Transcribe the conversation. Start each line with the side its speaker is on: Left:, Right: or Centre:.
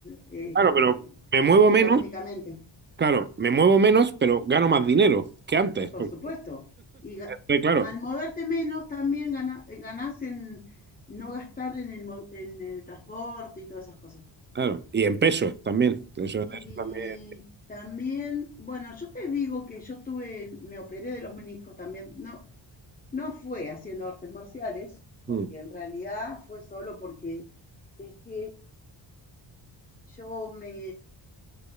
Left: este,
Right: claro, pero me muevo
Left: económicamente,
Right: menos, claro, me muevo menos, pero gano más dinero que antes.
Left: por
Right: porque-
Left: supuesto. Y ga-
Right: eh, claro,
Left: al moverte menos también gana- eh, ganás en no gastar en el, mo- en el transporte y todas esas cosas.
Right: claro. Y en peso también. Eso,
Left: Y
Right: eso también.
Left: también, bueno, yo te digo que yo tuve, el- me operé de los meniscos también. No, no fue haciendo artes marciales, porque
Right: mm,
Left: en realidad fue solo porque dejé yo me